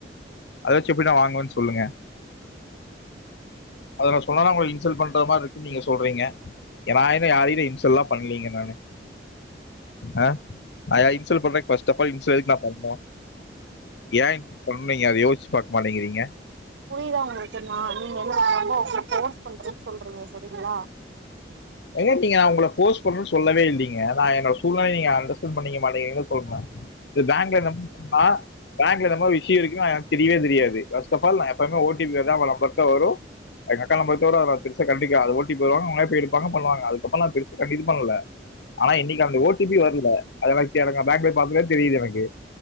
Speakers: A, on the left; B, on the right.
A: அத வச்சு எப்டி நா வாங்குவன்னு சொல்லுங்க அத சொன்னா உங்கள இன்சல்ட பண்ற மார்ருக்கு நீங்க சொல்றீங்க நா என்ன யாரையு இன்சல் செல்லா பண்ணலீங்க நானு அ ஐ யா இன்சல் பண்றே பஸ்ட் தப்பா இன்சல் எதுக்கு நா பண்ணு ஏ சொன்னீங்க அத யோஸ்ச்சி பாக் மாட்டங்கிறீங்க
B: புரியுதா உங்களுக்கு நா நீங்க என்ன <inaudible> ஃபோர்ஸ் பண்றன்னு சொல்றீங்க சரிங்களா
A: எங்க நீங்க அவுங்கள போர்ஸ் பண்ணு சொல்லவே இல்லிங்க என்னோட சூழ்நலைய நீங்க அண்டர்ஸ்டண்ட் பண்ணிக்க மாட்டேங்கீரிங்க சொல்ற இது பேங்க <unintelligible> ஆ பேங்க்ல இந்த மாரி விஷியோ இருக்கு எனக்கு தெரிவே தெரியாது பஸ்ட்டாபால் நா எப்பையுமே ஓடிபி வந்து அவுங்க நம்பர்குதா வரு எங்க அக்காலா போய்ட்டு வரு பெருச கண்டிக்கல அது ஓடிபி வரு அவங்களே பெய் பக்க பண்ணுவாங்க அதுக்கப்றோனா பெருசா கண்டினியு பண்ணல ஆனா இன்னைக்கு அந்த ஓடிபி வரல அதுனால எனங்க பேங்க்ல போய் பாத்தவே தெரியுது எனக்கு